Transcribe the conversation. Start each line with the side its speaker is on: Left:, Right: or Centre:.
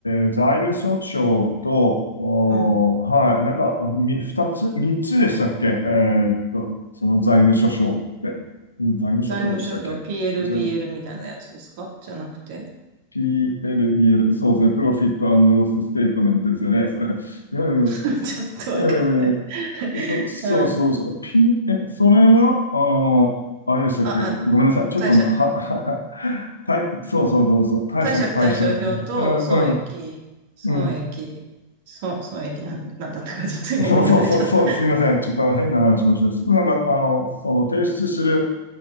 Left: ー財務諸省と、おーはい、
Right: うん
Left: なんか、み、二つ、三つでしたっけえっと、その財務諸省って、うん財務諸省でしたっけじゃ、
Right: 財務諸表 PL、BL みたいなやつですかじゃなくて。
Left: PL、BL、そうですね、プロフィットロスステートメントですよね、それ。うん
Right: <laughs> ちょっとわかんない。
Left: ええそ、
Right: <laughs>
Left: そうそうそう。
Right: うん。
Left: ピン、え、それは、あー、あれでしたっけごめんなさい。
Right: あ、あ、
Left: ちょっと、
Right: 貸借、
Left: は、<laughs> は、たい、そうそうそうそう。貸借対借。
Right: 貸借対照表と損益、
Left: うん、うん、
Right: 損益、
Left: うん。
Right: 損、損益なん、なんだったか、ちょっと今もう忘れちゃった。
Left: そうそうそう、そう、すいません。ちょっと変な話しました。なんか、あの、その提出する、